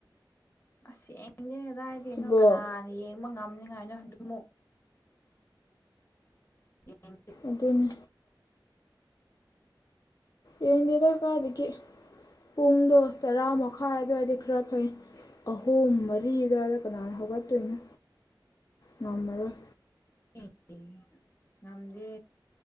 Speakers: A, on the left (about 35°); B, on the left (about 50°).
A: ꯑꯁ ꯌꯦꯡꯗꯦ ꯀꯗꯥꯏꯗꯩꯅꯣ
B: ꯐꯨꯠꯕꯣꯜ
A: ꯀꯅꯥꯅ ꯌꯦꯡꯕ ꯉꯝꯅꯤꯉꯥꯏꯅꯣ ꯑꯗꯨꯃꯨꯛ <unintelligible>
B: ꯑꯗꯨꯅꯦ ꯌꯦꯡꯗꯦꯗ ꯀꯥꯏꯗꯒꯤ ꯄꯨꯡꯗꯣ ꯇꯔꯥ ꯃꯈꯥꯏ ꯑꯗ꯭ꯋꯥꯏꯗꯤ ꯈꯔ ꯐꯩ ꯑꯍꯨꯝ ꯃꯔꯤ ꯑꯗꯥꯏꯗ ꯀꯅꯥꯅ ꯍꯧꯒꯠꯇꯣꯏꯅꯣ ꯉꯝꯃꯔꯣꯏ
A: <unintelligible> ꯉꯝꯗꯦ